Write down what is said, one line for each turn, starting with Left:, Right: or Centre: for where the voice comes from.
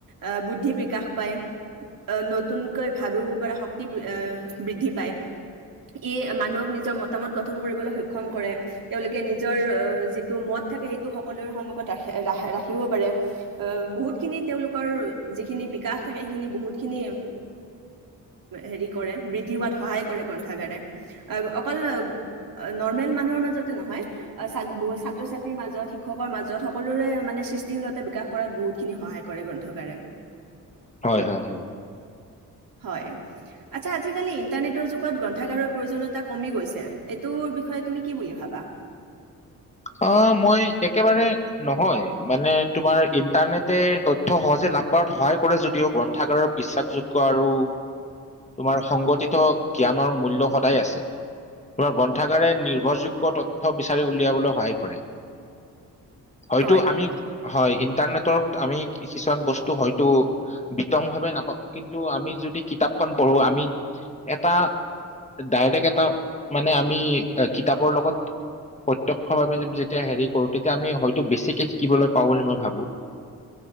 Right: আহ, বুদ্ধি বিকাশ পায়। আহ, নতুনকৈ ভাবিব পৰা শক্তি আহ বৃদ্ধি পায় ই মানুহক নিজৰ মতামত গঠন কৰিবলৈ সক্ষম কৰে তেওঁলোকে নিজৰ যিটো মত থাকে সেইটো সকলোৰে ৰখিব পাৰে, বহুতখিনি তেওঁলোকৰ যিখিনি বিকাশ থাকে সেইখিনি বহুখিনি হেৰি কৰে। বৃদ্ধি হোৱাত সহায় কৰে গ্ৰন্থগাৰে অকল নৰ্মেল মানুহৰ মাজতে নহয়, ছাত্ৰ-ছাত্ৰীৰ মাজত শিক্ষকৰ মাজত সকলোৰে মানে সৃষ্টিশীলতা বিকাশ কৰাত বহুতখিনি সহায় কৰে গ্ৰন্থগাৰে।
Left: হয়-হয়-হয়,
Right: হয়, আটছা আজি-কালি ইণ্টাৰনেটৰ যুগত গ্ৰন্থাগাৰৰ প্ৰয়োজনীয়তা কমি গৈছে, এইটো বিষয়ে তুমি কি বুলি ভাবা?
Left: অ, মই একেবাৰে নহয় মানে তোমাৰ ইণ্টাৰনেটে তথ্ৰ সহজে লাভ কৰাত সহায় কৰে যদিও, গ্ৰন্থাগাৰৰ বিশ্বাসযোগ্য আৰু তোমাৰ সংগঠিত জ্ঞানৰ মূল্য সদায় আছে, তোমাৰ গ্ৰন্থাগাৰে নিৰ্ভৰযোগ্য তথ্ৰ বিচাৰি উলিয়াবলৈ সহায় কৰে। হয়তো
Right: হয়,
Left: আমি, হয়, ইণ্টাৰনেটত আমি কিছুমান বস্তু হয়তো বিতংভাৱে নাপাওঁ কিন্তু আমি, যদি কিতাপখন পঢ়ো আমি এটা ডাইৰেক্ট এটা মানে, আমি কিতাপৰ লগত প্ৰত যেতিয়া হেৰি কৰো তেতিয়া আমি হয়তো বেছিকে শিকিবলৈ পাওঁ বুলি মই ভাবো।